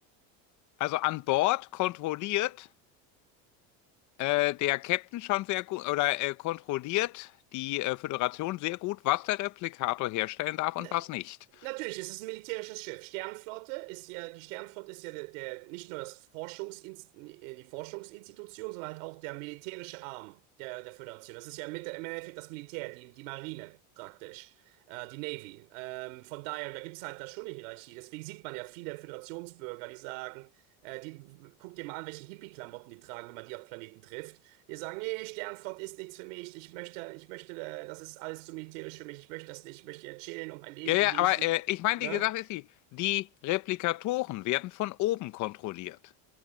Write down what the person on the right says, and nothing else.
Na,
natürlich, es ist ein militärisches Schiff. Sternflotte ist ja, die Sternflotte ist ja der, der nicht nur das Forschungsinst äh, die Forschungsinstitution, sondern halt auch der militärische Arm der, der Föderation. Das ist ja mit, im Endeffekt das Militär, die, die Marine praktisch, äh, die Navy. Ähm, von daher, da gibt es halt da schon eine Hierarchie. Deswegen sieht man ja viele Föderationsbürger, die sagen, äh, die, guck dir mal an, welche Hippie-Klamotten die tragen, wenn man die auf Planeten trifft die sagen, nee, Sternflott ist nichts für mich, ich möchte, ich möchte, äh, das ist alles zu militärisch für mich, ich möchte das nicht, ich möchte hier chillen und mein Leben
genießen.
Ne?